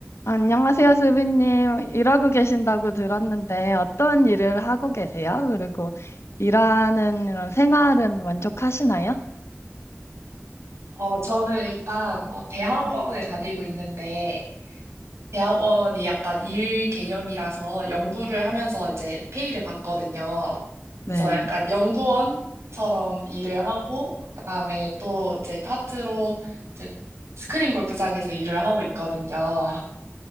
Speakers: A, on the left; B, on the right.
A: 안녕하세요, 수빈님. 일하고 계신다고 들었는데 어떤 일을 하고 계세요? 그리고 일하는 이런 생활은 만족하시나요?
B: 어, 저는 일단 어, 대학원을 다니고 있는데 대학원이 약간 일 개념이라서 연구를 하면서 이제 페이를 받거든요.
A: 네.
B: 그래서 약간 연구원처럼 일을 하고 그다음에 또 이제 파트로 이제 스크린 골프장에서 일을 하고 있거든요.